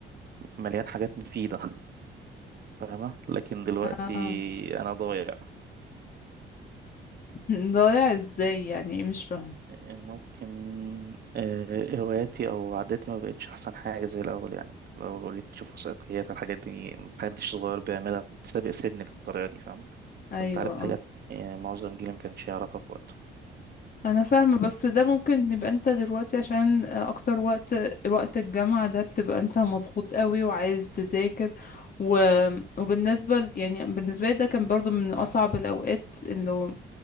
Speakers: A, on the right; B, on the left.
A: مليان حاجات مفيدة فاهمة لكن دلوقتي
B: اه
A: انا ضايع
B: <laughs> ضايع ازاي يعني ايه مش فاهم
A: ممكن آه، هواياتي او عاداتي ما بقتش احسن حاجه زي الاول يعني الاول بقول لك بشوف وثائقيات الحاجات دي محدش صغير بيعملها كنت سابق سني بالطريقه دي فاهمه
B: ايوه
A: كنت عارف حاجات يعني معظم جيلي ما كانش يعرفها في وقته
B: انا فاهمه بس ده ممكن يبقى انت دلوقتي عشان اكتر وقت وقت الجامعه ده بتبقى انت مضغوط قوي وعايز تذاكر و... وبالنسبه ل- يعني بالنسبه لي ده كان برضو من اصعب الاوقات اللي هو